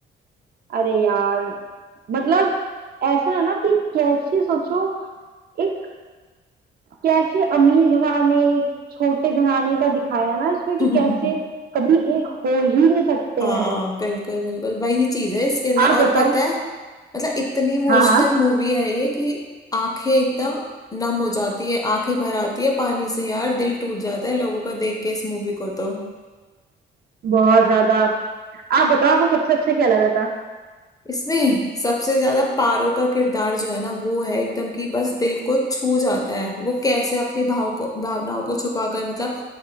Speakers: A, on the right; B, on the left.
A: अरे यार मतलब ऐसा है ना कि कैसे सोचो एक कैसे अमीर घराने छोटे घराने का दिखाया है ना इसमें
B: <laughs>
A: कि कैसे कभी एक हो ही नहीं सकते
B: हाँ
A: हैं
B: बिल्कुल बिल्कुल वही चीज है इसके अंदर
A: आप
B: और
A: बताओ
B: पता है मतलब इतनी इमोशनल
A: हाँ हाँ
B: मूवी है ये कि आंखें एकदम नम हो जाती है आंखें भर आती है पानी से यार दिल टूट जाता है लोगों का देख के इस मूवी को तो
A: बहुत ज्यादा आप बताओ आपको सबसे अच्छा क्या लगा था
B: इसमें सबसे ज्यादा पारो का किरदार जो है ना वो है एकदम कि बस दिल को छू जाता है वो कैसे अपनी भाव को भावनाओं को छुपाकर मतलब